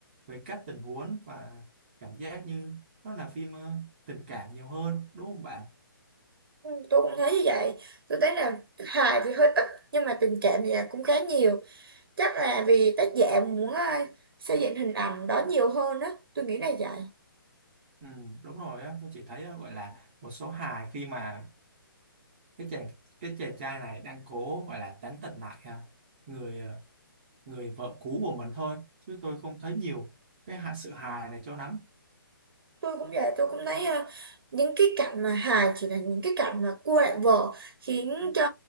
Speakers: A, on the right; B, on the right.
A: về các tình huống và cảm giác như nó là phim ờ, tình cảm nhiều hơn đúng không bạn
B: ừ, tôi cũng thấy như vậy tôi thấy là hài thì hơi ít nhưng mà tình cảm thì là cũng khá nhiều chắc là vì tác giả muốn ờ, xây dựng hình ảnh đó nhiều hơn á tôi nghĩ là vậy
A: ừ, đúng rồi á tôi chỉ thấy ờ, gọi là một số hài khi mà cái chàng cái chàng trai này đang cố gọi là tán tỉnh lại ờ, người ờ, người vợ cũ của mình thôi chứ tôi không thấy nhiều cái hạ sự hài này cho lắm
B: tôi cũng vậy tôi cũng thấy ờ, những cái cảnh mà hài chỉ là những cái cảnh mà cua lại vợ khiến cho